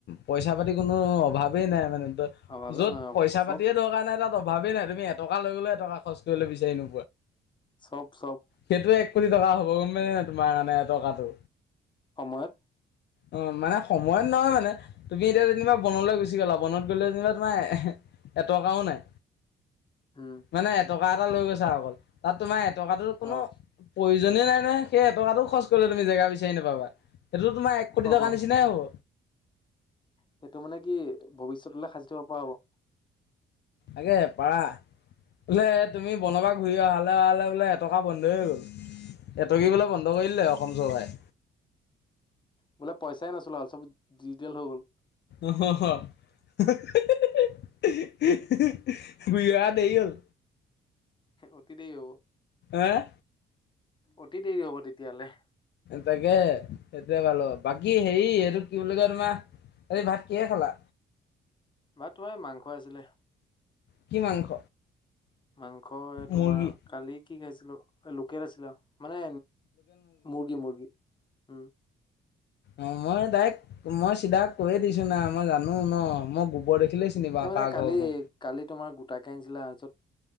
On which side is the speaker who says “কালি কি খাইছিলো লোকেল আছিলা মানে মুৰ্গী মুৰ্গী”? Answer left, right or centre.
Left